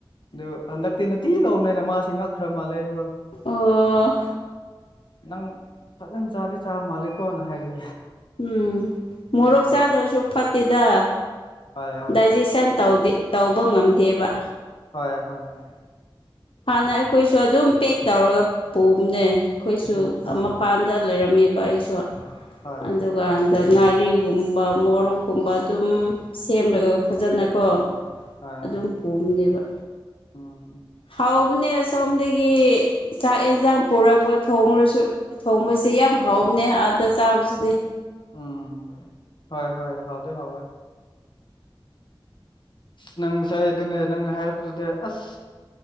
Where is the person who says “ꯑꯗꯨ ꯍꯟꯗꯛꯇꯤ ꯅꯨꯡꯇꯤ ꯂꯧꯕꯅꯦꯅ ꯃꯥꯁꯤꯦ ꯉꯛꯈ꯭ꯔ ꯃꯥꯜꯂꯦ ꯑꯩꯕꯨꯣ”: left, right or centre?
Left